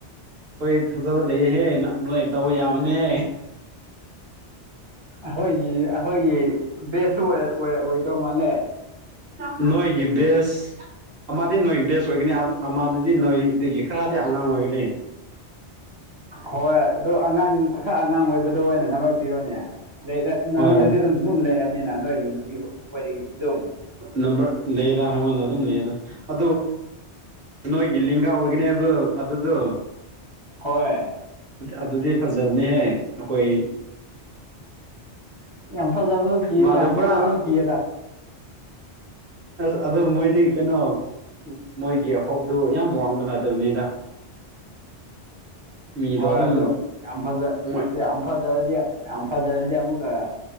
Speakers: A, on the right; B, on the right.
A: ꯍꯣꯏ ꯊꯖꯕ ꯂꯩꯍꯦ ꯅꯣꯏ ꯇꯧꯕ ꯌꯥꯕꯅꯦ
B: ꯑꯩꯈꯣꯏꯒꯤ ꯑꯩꯈꯣꯏꯒꯤ ꯕꯦꯁꯁꯨ ꯑꯣꯏ ꯑꯣꯏꯗꯧ ꯃꯥꯜꯂꯦ
A: ꯅꯣꯏꯒꯤ ꯦꯁ ꯑꯃꯗꯤ ꯅꯣꯏꯒꯤ ꯕꯦꯁ ꯑꯣꯏꯒꯅꯤ ꯑꯃꯗꯨꯗꯤ ꯅꯣꯏꯗꯒꯤ ꯈꯔꯗꯤ ꯑꯉꯥꯡ ꯑꯣꯏꯒꯅꯤ
B: ꯍꯣꯏ ꯑꯣ ꯑꯉꯥꯡ ꯑꯈꯛ ꯑꯉꯥꯡ ꯑꯣꯏꯕꯗ ꯑꯣꯏꯅ ꯄꯤꯔꯣꯅꯦ ꯂꯩꯗ ꯅꯪꯉꯣꯟꯗꯗꯤ
A: ꯍꯣꯏ
B: ꯑꯗꯨꯝ ꯑꯗꯨꯝ ꯂꯩꯔꯕꯅꯤꯅ ꯅꯣꯏꯒꯤ ꯅꯨꯄꯤ ꯈꯣꯏꯗꯒꯤ ꯑꯗꯨꯝ
A: ꯅꯝꯕ ꯂꯩꯗ ꯑꯩꯪꯉꯣꯟꯗ ꯑꯗꯨꯝ ꯂꯩꯌꯦꯗ ꯑ ꯅꯣꯏꯒꯤ ꯂꯤꯡꯒꯥ ꯑꯣꯏꯒꯅꯦ ꯍꯥꯏꯕ ꯑꯗꯨꯗꯣ
B: ꯍꯣꯏ
A: ꯑꯗꯨꯗꯤ ꯐꯖꯕꯅꯤꯍꯦ ꯑꯩꯈꯣꯏ
B: ꯌꯥꯡꯐꯥꯕ ꯍꯣ
A: ꯃꯥꯗꯣ
B: ꯌꯥꯝꯡꯐꯕꯁꯨꯣ
A: ꯄꯨꯔꯥ
B: ꯀ ꯑꯦꯗ
A: ꯑꯁ ꯑꯗꯨꯗꯣ ꯃꯣꯏꯗꯤ ꯀꯩꯅꯣ ꯃꯣꯏꯒꯤ ꯍꯣꯞꯇꯨ ꯌꯥꯝ ꯋꯥꯡꯕ ꯅꯠꯇꯕꯅꯤꯗ ꯃꯤꯗꯣ
B: ꯍꯣꯏ
A: ꯑꯗꯨꯝ
B: ꯑꯗꯨ ꯌꯥꯝ ꯐꯖ
A: ꯃꯣꯏ
B: ꯌꯥꯝ ꯐꯖꯔꯗꯤ ꯌꯥꯝ ꯐꯖꯔꯗꯤ ꯑꯃꯨꯛꯀ